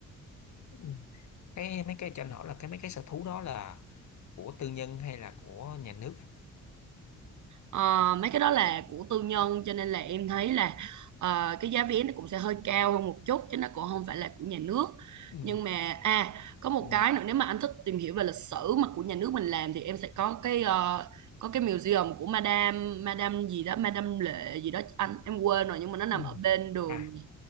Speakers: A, on the left; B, on the right.
A: ừ. cái mấy cái cho anh hỏi là cái mấy cái sở thú đó là của tư nhân hay là của nhà nước
B: Ờ, mấy cái đó là của tư nhân cho nên là em thấy là ờ, cái giá vé nó cũng sẽ hơi cao hơn một chút chứ nó cũng không phải là của nhà nước
A: Ừ.
B: nhưng mà à có một
A: Ừ.
B: cái nữa nếu mà anh thích tìm hiểu về lịch sử mà của nhà nước mình làm thì em sẽ có cái ờ, có cái museum của Madame Madame gì đó Madame Lệ gì đó anh em quên rồi nhưng mà nó nằm
A: Ừ.
B: ở bên đường
A: À